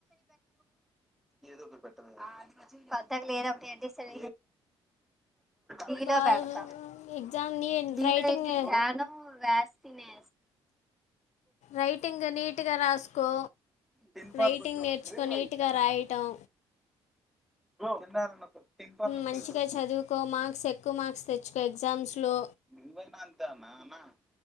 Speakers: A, in the centre; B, on the left (about 65°).
A: ఏదో ఒక పె పథకు క లేదా అప్పుడ అంట సర దీలో
B: బాగా
A: పెడతాం
B: ఎగ్జామ్ నీ
A: దిలో
B: రైటింగ్
A: ఏంటి ధ్యానం వేస్తినే.
B: రైటింగ్ నీట్గా రాసుకో
A: టిన్ ఫాల్
B: రైటింగ్
A: కొట్టు
B: నేర్చుకో నీట్గా
A: కిందకి
B: రాయటం
A: రా కింద నొక్కు టిన్ ఫాల్ నొక్కు
B: మంచిగా
A: ఇప్పుడు
B: చదువుకో మార్క్స్ ఎక్కువ మార్క్స్ తెచ్చుకో ఎగ్జామ్స్ లో
A: నువ్వైనా అంతే అన్న అన్నా